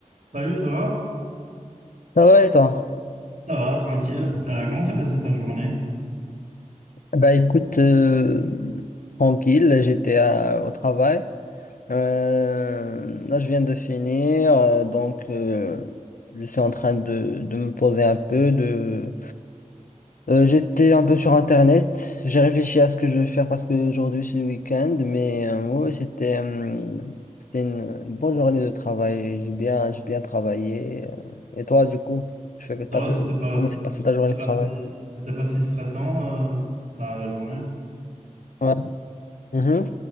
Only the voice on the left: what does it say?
Ah ouais, toi
Bah écoute, euh, tranquille, j'étais à- au travail. Euh, là, je viens de finir, euh, donc euh, je suis en train de, de me poser un peu. De... Euh, j'étais un peu sur Internet, j'ai réfléchi à ce que je vais faire parce qu'aujourd'hui c'est le week-end, mais euh, ouais, c'était euh, c'était une une bonne journée de travail, j'ai bien, j'ai bien travaillé. euh. Et toi, du coup, tu fais, t'as
fait-
comment
s'est passée ta
journée de
travail?
Ouais. Mhm.